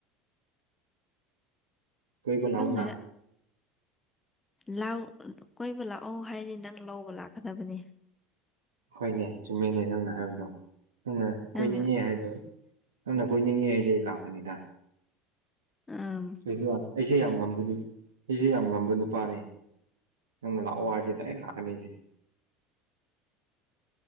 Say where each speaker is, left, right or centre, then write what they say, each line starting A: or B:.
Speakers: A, on the right; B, on the left.
A: ꯀꯣꯏꯕ
B: ꯈꯪꯗꯦꯗ
A: ꯂꯥꯛꯑꯣꯅ
B: ꯂꯥꯡ ꯀꯣꯏꯕ ꯂꯥꯛꯑꯣ ꯍꯥꯏꯔꯗꯤ ꯅꯪ ꯂꯧꯕ ꯂꯥꯛꯀꯗꯕꯅꯤ
A: ꯍꯣꯏꯅꯦ ꯆꯨꯝꯃꯦꯅꯦ ꯅꯪꯅ ꯍꯥꯏꯕꯗꯣ ꯅꯪꯅ ꯀꯣꯏꯅꯤꯡꯉꯦ
B: ꯅꯪ
A: ꯍꯥꯏꯕ ꯅꯪꯅ ꯀꯣꯏꯅꯤꯡꯉꯦ ꯍꯥꯏꯗꯤ ꯂꯥꯛꯀꯅꯤꯗ
B: ꯑꯝ
A: ꯀꯩꯅꯣ ꯑꯩꯁꯦ ꯌꯥꯝ ꯉꯝꯕꯅꯤ ꯑꯩꯖꯤ ꯌꯥꯝ ꯉꯝꯕ ꯅꯨꯄꯥꯅꯤ ꯅꯪꯅ ꯂꯥꯛꯑꯣ ꯍꯥꯏꯔꯗꯤ ꯗꯥꯏꯔꯦꯛ ꯂꯥꯛꯀꯅꯤ ꯑꯩꯗꯤ